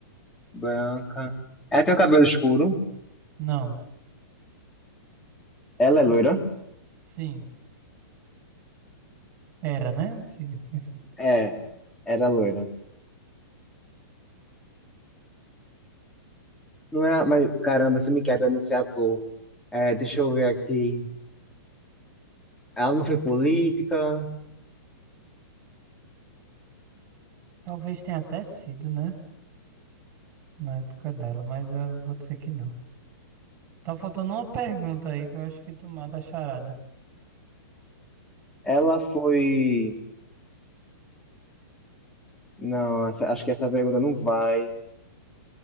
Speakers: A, in the centre; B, on the right.
A: branca. Ela tem o cabelo escuro.
B: não.
A: Ela é loira?
B: Sim. Era, né? Que, enfim.
A: É, era loira. Não é, mas caramba, isso me quebra não ser ator. É, deixa eu ver aqui. Ela não foi
B: É,
A: política.
B: talvez tenha até sido, né? Na época dela, mas eu vou dizer que não. Tá faltando uma pergunta aí que eu acho que tu mata a charada.
A: Ela foi. Não, essa- acho que essa pergunta não vai.